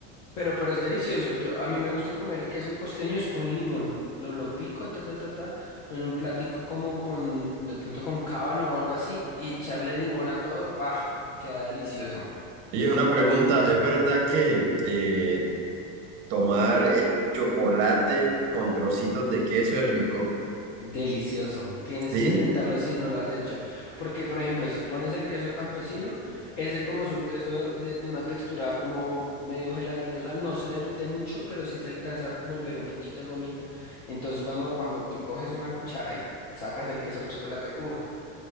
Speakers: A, on the left; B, on the right.
A: Pero, pero es delicioso. Yo, a mí me gusta comer el queso costeño es con limón. Lo, lo pico, ta, ta, ta, ta, en un platico como con, de pronto con cábano o algo así, y echarle limón a todo. Ah, queda delicioso.
B: Y una pregunta, ¿es verdad que eh, tomar eh, chocolate con trocitos de queso es rico?
A: Delicioso. Tienes
B: Sí.
A: que intentarlo si no lo has hecho. Porque, por ejemplo, si pones el queso campesino, ese como es un queso de, de una textura como medio gelatinosa, no se derrite mucho, pero sí se alcanza a volver un poquito gomita. Entonces, cuando, cuando te coges una cuchara y sacas el queso del chocolate, uff,